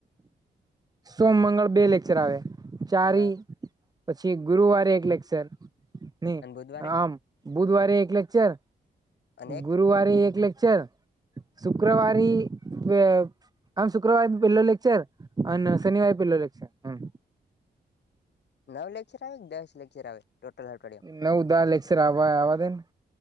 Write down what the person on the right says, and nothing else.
સોમ, મંગળ બે લેક્ચર આવે ચાર
ઈ પછી ગુરુવારે એક લેક્ચર. ની
આમ બુધવારે એક લેક્ચર
ગુરુવારે એક લેક્ચર શુક્રવારી ઈ આમ શુક્રવારે પેલો લેક્ચર અને શનિવારે પેલો લેક્ચર હમમ.
નવ દા લેક્ચર આવે આવવા દે ની.